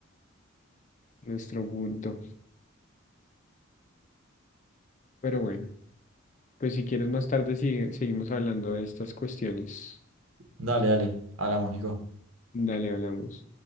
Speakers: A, on the left (about 35°); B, on the right (about 85°).
A: nuestro punto. Pero bueno, pues si quieres más tarde sigue- seguimos hablando de estas cuestiones.
B: Dale, dale. Hablamos, Nico.
A: Dale, hablamos.